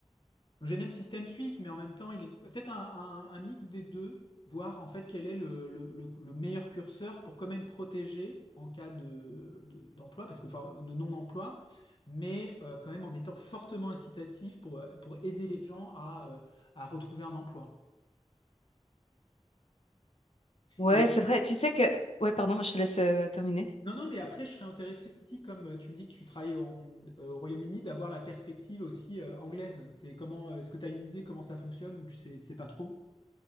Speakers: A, on the left (about 50°); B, on the left (about 75°).
A: donc, J'aime bien le système suisse, mais en même temps, il est peut-être un, un- un mix des deux, voir en fait quel est le, le- le- le meilleur curseur pour quand même protéger en cas de, de- d'emploi, parce que enfin, de non-emploi, mais euh, quand même en étant fortement incitatif pour, euh, pour aider les gens à, euh, à retrouver un emploi.
B: Ouais,
A: Et
B: c'est vrai. Tu sais que, ouais, pardon, je te laisse euh, terminer.
A: non, non, mais après, je serais intéressé aussi, comme euh, tu me dis que tu travailles en- euh, au Royaume-Uni, d'avoir la perspective aussi euh, anglaise. C'est comment, euh, est-ce que tu as une idée comment ça fonctionne ou tu sais, tu sais pas trop?